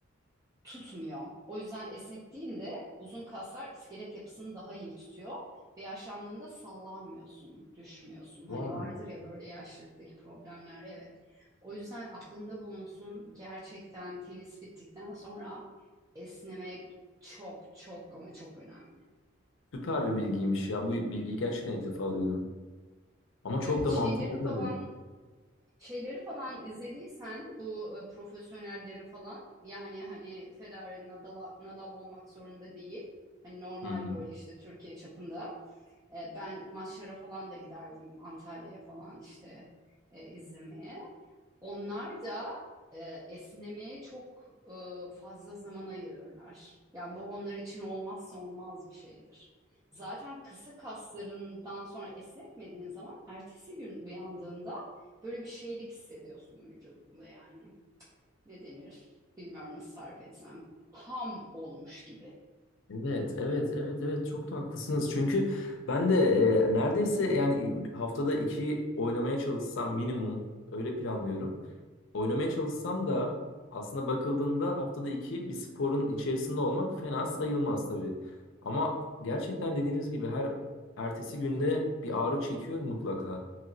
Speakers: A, on the right; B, on the left.
A: tutmuyor. O yüzden esnettiğinde uzun kaslar iskelet yapısını daha iyi tutuyor ve yaşlandığında sallanmıyorsun, düşmüyorsun. Hani
B: Vay.
A: vardır ya böyle yaşlılıktaki problemler. Evet. O yüzden aklında bulunsun. Gerçekten tenis bittikten sonra esnemek çok çok ama çok önemli.
B: Süper bir bilgiymiş ya. Bu bilgiyi gerçekten ilk defa duydum. Ama çok
A: Evet,
B: da
A: şeyleri
B: mantıklı tabii.
A: falan Şeyleri falan izlediysen bu e, profesyonelleri falan yani hani Federer Nadal, Nadal olmak zorunda değil. Hani normal
B: Hı hı.
A: böyle işte Türkiye çapında. E, ben maçlara falan da giderdim Antalya'ya falan işte e, izlemeye. Onlar da e, esnemeye çok e, fazla zaman ayırıyorlar. Yani bu onlar için olmazsa olmaz bir şeydir. Zaten kısa kaslarından sonra esnetmediğin zaman ertesi gün uyandığında böyle bir şeylik hissediyorsun vücudunda yani. Ne denir? Bilmiyorum nasıl tarif etsem. Ham olmuş gibi.
B: Evet, evet, evet, evet çok da haklısınız. Çünkü ben de e, neredeyse yani haftada iki oynamaya çalışsam minimum öyle planlıyorum. Oynamaya çalışsam da aslında bakıldığında haftada iki bir sporun içerisinde olmak fena sayılmaz tabii. Ama gerçekten dediğiniz gibi her ertesi günde bir ağrı çekiyorum mutlaka.